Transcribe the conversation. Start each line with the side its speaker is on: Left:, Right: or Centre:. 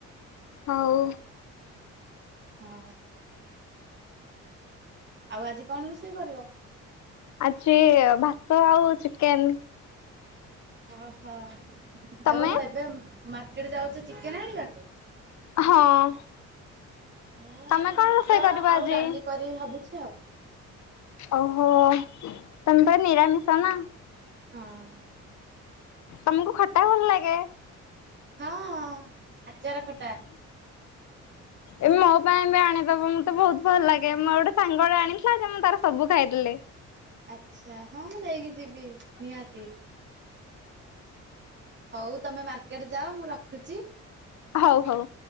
Left: ହଉ।
Right: ହଁ। ଆଉ ଆଜି କଣ ରୋଷେଇ କରିବ?
Left: ଆଜି ଭାତ ଆଉ ଚିକେନ୍।
Right: ଓହୋ।
Left: ତମେ?
Right: ଓହୋ ଏବେ ମାର୍କେଟ ଯାଉଚ ଚିକେନ୍ ଆଣିବାକୁ?
Left: ହଁ।
Right: ମୁଁ ଆଜି
Left: ତମେ କଣ
Right: ଭାତ
Left: ରୋଷେଇ କରିବ
Right: ଆଉ
Left: ଆଜି?
Right: ଡାଲି କରିବି ଭାବୁଚି ଆଉ।
Left: ଓହୋ ତମେପା ନିରାମିଷାନା।
Right: ହଁ।
Left: ତମକୁ ଖଟା ଭଲ ଲାଗେ?
Right: ହଁ ଆଚାର ଖଟା।
Left: ଏ ମୋ ପାଇଁବି ଆଣିଦବ ମତେ ବହୁତ୍ ଭଲ ଲାଗେ ମୋ ଗୋଟେ ସାଙ୍ଗଟେ ଆଣିଥିଲାଯେ ମୁଁ ତାର ସବୁ ଖାଇଦେଲି।
Right: ଆଚ୍ଛା ହଁ ମୁଁ ନେଇକି ଯିବି ନିହାତି। ହଉ ତମେ ମାର୍କେଟ ଯାଅ ମୁଁ ରଖୁଚି।
Left: ହଉ ହଉ।